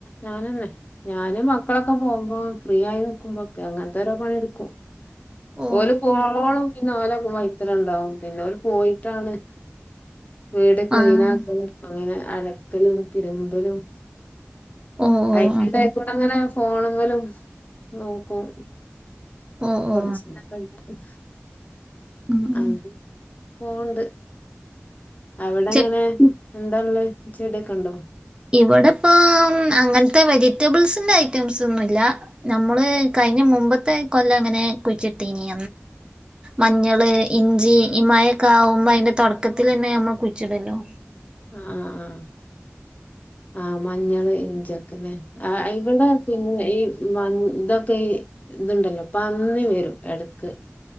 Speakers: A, on the left (about 35°); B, on the right (about 20°).
A: ഞാനന്നെ ഞാനും മക്കളൊക്കെ പോകുമ്പോ ഫ്രീ ആയി നിക്കുമ്പോക്കെ അങ്ങനത്തെ ഓരോ പണിടുക്കും
B: ഓ
A: ഓല് പോണോളം പിന്നെ ഓലെ വൈതലേ ഇണ്ടാവും പിന്നെ ഓല് പോയിട്ടാണ് വീട് ക്ലീന്
B: ആഹ്
A: ആക്കലും അങ്ങനെ അലക്കലും തിരുമ്പലും
B: ഓ ഓ
A: ആയിട്ട്
B: ആഹ്
A: ടെങ്ങനെ ഫോണ് മലും നോക്കും
B: ഓ
A: കൊറച്ച്
B: ഓ ഉം
A: <unintelligible>
B: ഉം
A: ഫോണ്ട് അവിടെ
B: ചെ
A: അങ്ങനെ എന്തള്ളേ ചെടിയൊക്കെ ഉണ്ടോ
B: ഇവിടെ ഇപ്പ അങ്ങനത്തെ വെജി റ്റബിൾസിന്റെറെ ഐറ്റംസ് ഒന്നുല്ല നമ്മൾ കഴിഞ്ഞ മുമ്പത്തെ കൊല്ലം അങ്ങനെ കുയിച്ചിട്ടീനി മഞ്ഞള് ഇഞ്ചി ഈ മഴൊക്കെ ആകുമ്പോ അതിന്റെ തുടക്കത്തിൽ തന്നെ നമ്മൾ കുയിച്ചിടല്ലോ
A: ആ ആ ആ മഞ്ഞള് ഇഞ്ചിഒക്കെലേ ആ ഇവിടെ പിന്നെ ഈ മ ഇതൊക്കെ ഈ ഇതുണ്ടല്ലോ പന്നി വരും എടക്ക്